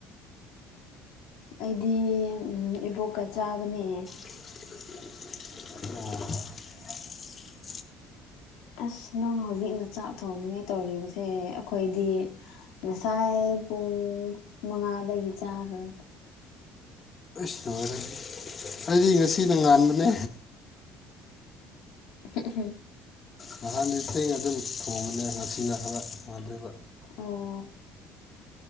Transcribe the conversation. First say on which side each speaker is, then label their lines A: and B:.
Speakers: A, on the left; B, on the left.
A: ꯑꯩꯗꯤ ꯎꯝ ꯏꯕꯣꯛꯀ ꯆꯥꯕꯅꯦ
B: ꯑꯣ
A: ꯑꯁ ꯅꯪ ꯍꯧꯖꯤꯛꯅ ꯆꯥꯛ ꯊꯣꯡꯅꯤꯡꯉꯥꯏ ꯇꯧꯔꯤꯕꯁꯦ ꯑꯩꯈꯣꯏꯗꯤ ꯉꯁꯥꯏ ꯄꯨꯡ ꯃꯉꯥꯗꯒꯤ ꯆꯥꯈ꯭ꯔꯦ
B: ꯏꯁ ꯂꯣꯏꯔꯦꯍꯦ ꯑꯩꯗꯤ ꯉꯁꯤꯅ ꯉꯥꯟꯕꯅꯦ
A: <unintelligible>
B: ꯅꯍꯥꯟꯗꯤ ꯊꯦꯡꯅ ꯑꯗꯨꯝ ꯊꯣꯡꯕꯅꯦ ꯉꯁꯤꯅ ꯈꯔ ꯋꯥꯗꯦꯕ
A: ꯑꯣ